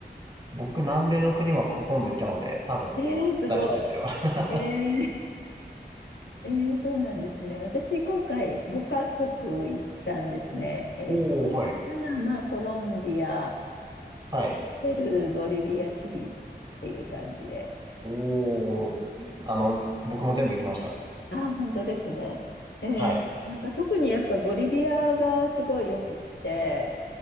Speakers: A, on the right (about 25°); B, on the left (about 85°).
A: 僕、南米の国はほとんど行ったので、多分、
B: えー、すごい。
A: 大丈夫ですよ。<laughs>
B: えー、えー、そうなんですね。私、今回5カ国行ったんですね。えっと、
A: おー、はい。
B: パナマ、コロンビア、
A: はい。
B: ペルー、ボリビア、チリっていう感じで。
A: おー。あの、僕も全部行きました。
B: あ、本当ですね。えーなんか特にやっぱボリビアがすごいよくって、
A: はい。